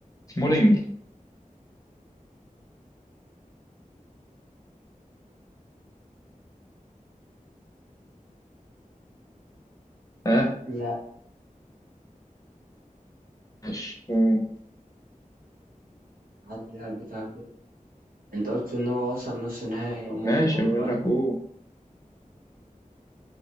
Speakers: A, on the left (about 25°); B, on the right (about 80°).
A: سمولينج ها
B: لا
A: ماشي أوه.
B: اللاعب بتاعك انت قلت ان هو وصل نص نهائي امم
A: ماشي
B: اوروبا
A: بقول لك اوه